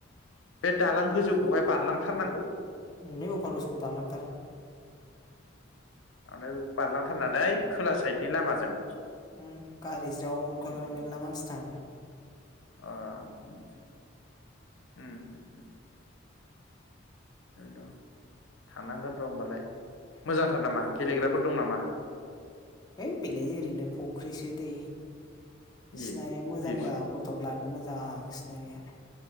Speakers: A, on the left (about 75°); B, on the left (about 20°).
A: बे दालां गोजौखौहाय बारलां थारनांगौ।
B: नै अफार ब्रिजखौ बारलांथार।
A: आमफ्राय बारलांथारनानै खोला साइदनि लामाजों।
B: उम गारि ज्राव नुखागोन
A: उम
B: मेलला मानसि थांङो।
A: अ उम उम उम उम। बे द' थानांगोन र' होमबालाय।
B: उम
A: मोजांथार नामा गेलेग्रा फोर दं नामा?
B: होइ बेलाय ओरैनो फख्रिसो दै। सिनारिया
A: ए
B: मोजांब्रा
A: पि एफ सि
B: फट'क लानो मो जां सिनारिया।